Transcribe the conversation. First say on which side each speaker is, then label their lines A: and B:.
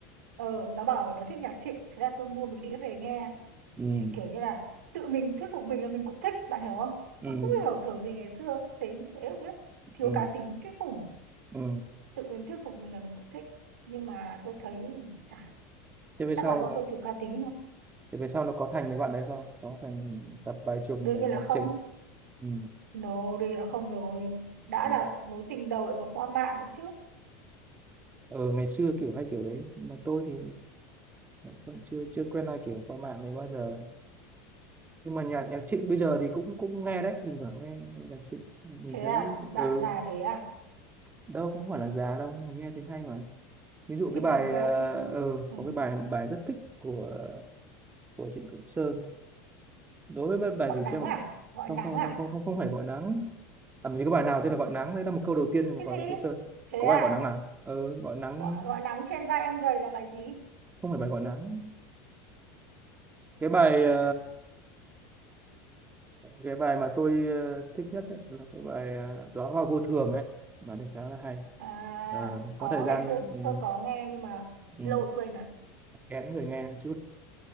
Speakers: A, on the right (about 85°); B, on the right (about 20°).
A: ờ nó bảo nó thích nhạc Trịnh thế là tôi mua mấy đĩa về nghe
B: Ừ.
A: để kiểu như là tự mình thuyết phục mình là mình cũng thích bạn hiểu không
B: Ừ.
A: tôi không hiểu kiểu gì ngày xưa xến thế không biết thiếu
B: Ừ.
A: cá tính kinh khủng
B: Ừ.
A: tự mình thuyết phục mình là mình cũng thích nhưng mà tôi thấy chả
B: thế về
A: chắc
B: sau
A: là
B: là
A: do tôi thiếu cá tính thôi
B: thế về sau nó có thành mấy bạn đấy không có thành tập bài trùng
A: đương
B: này
A: nhiên
B: nhạc
A: là không
B: Trịnh ừ.
A: No, đây là không rồi. Đã
B: Ừ.
A: là mối tình đầu lại còn qua mạng nữa chứ.
B: ờ ngày xưa kiểu hay kiểu đấy nhưng mà tôi thì vẫn chưa chưa quen ai kiểu qua mạng này bao giờ nhưng mà nhạc nhạc Trịnh bây giờ thì cũng cũng nghe đấy thỉnh thoảng nghe, nghe nhạc Trịnh mình
A: Thế
B: thấy
A: à? Bạn
B: ừ
A: già thế à?
B: đâu cũng không phải là già đâu mình nghe thấy hay mà ví dụ
A: Thỉnh
B: cái bài
A: thoảng nghe
B: ờ
A: vẫn...
B: ừ,
A: Ừ.
B: có cái bài bài rất thích của của Trịnh Công Sơn đối với bài
A: Gọi
B: gì
A: nắng
B: chứ không
A: à? Gọi
B: không
A: nắng
B: không
A: à?
B: không không không không phải gọi nắng làm gì có bài nào tên là gọi nắng đấy là một câu đầu tiên
A: Cái
B: của
A: gì?
B: Trịnh Công Sơn
A: Thế
B: có
A: à?
B: bài gọi nắng à ừ, gọi nắng
A: Gọi, gọi nắng trên vai em gầy là bài gì?
B: không phải bài gọi nắng cái bài ờ, cái bài mà tôi ờ, thích nhất ấy, là cái bài ờ, đóa hoa vô thường ấy bài này khá là hay
A: À,
B: Ờ,
A: có
B: có thời gian
A: ngày xưa
B: ừ,
A: tôi có nghe nhưng mà
B: ừ,
A: lâu rồi quên rồi.
B: kén người nghe một chút